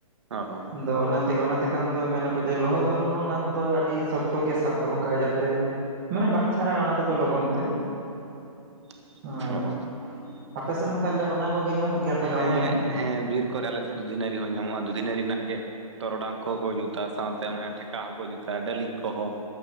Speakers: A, on the right; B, on the right.
A: ᱚ
B: ᱟᱫᱚ ᱚᱱᱟ ᱛᱮᱜᱮ ᱚᱱᱟ ᱛᱮᱠᱷᱟᱱ ᱫᱚ ᱢᱮᱱᱟᱠᱚ ᱡᱮ ᱞᱚᱦᱚᱫᱚᱜ ᱨᱮᱦᱚᱸ ᱚᱱᱟ ᱫᱚ ᱟᱹᱰᱤ ᱥᱚᱠᱛᱚ ᱜᱮ ᱥᱟᱵ ᱫᱚᱦᱚ ᱠᱟᱜᱼᱟᱭ ᱡᱟᱛᱮ ᱢᱟᱱᱮ ᱵᱟᱝ ᱪᱷᱟᱨᱟᱜᱼᱟ ᱚᱱᱟ ᱛᱮᱫᱚ ᱞᱚᱜᱚᱱ ᱛᱮ
A: <unintelligible>
B: ᱦᱳᱭ
A: ᱚ
B: ᱟᱯᱮ ᱥᱮᱱ ᱦᱚᱸ ᱛᱟᱦᱚᱞᱮ ᱚᱱᱟ ᱠᱚᱜᱮ ᱧᱟᱢᱚᱜ ᱜᱮᱭᱟ ᱛᱟᱦᱚᱞᱮ
A: ᱦᱮᱸ
B: ᱚᱱᱛᱮ ᱦᱚᱸ
A: ᱦᱮᱸ ᱵᱤᱨ ᱠᱚᱨᱮ ᱟᱞᱮᱥᱮᱫ ᱫᱚ ᱫᱩᱫᱷᱤᱱᱟᱹᱲᱤ ᱦᱚᱸ ᱧᱟᱢᱚᱜ-ᱟ ᱫᱷᱩᱫᱷᱤ ᱱᱟᱹᱲᱤ ᱨᱮᱱᱟᱜ ᱜᱮ ᱴᱚᱨᱚᱰᱟᱝ ᱠᱚᱦᱚᱸ ᱠᱚ ᱡᱩᱛᱟ ᱥᱟᱶᱛᱮ ᱚᱱᱮ ᱴᱷᱮᱠᱟ ᱦᱚᱸ ᱠᱚ ᱡᱩᱛᱟ ᱰᱟᱹᱞᱤᱜ ᱠᱚᱦᱚ